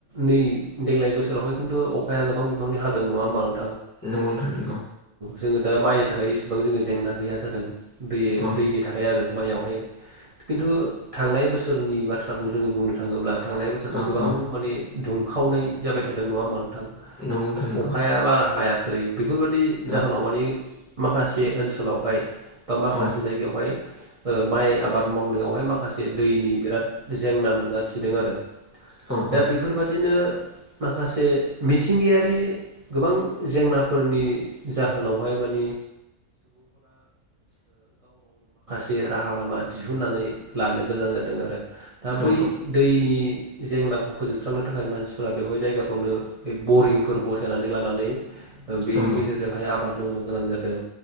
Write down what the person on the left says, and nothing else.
नोंगौ नोथां नोंगौ
औ
औ
औ
नंगौ नोंथां नंगौ
औ
औ
औ
औ
औ
औ